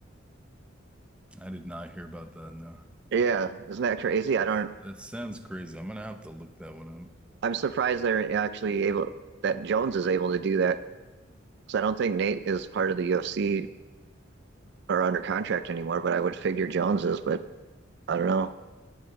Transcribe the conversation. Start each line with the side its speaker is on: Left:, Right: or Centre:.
Centre: I did not hear about that. No,
Right: Yeah, isn't that crazy? I
Centre: That's,
Right: don't.
Centre: that sounds crazy. I'm gonna have to look that one up.
Right: I'm surprised they're actually able that Jones is able to do that because I don't think Nate is part of the UFC or under contract anymore. But I would figure Jones is. But I don't know.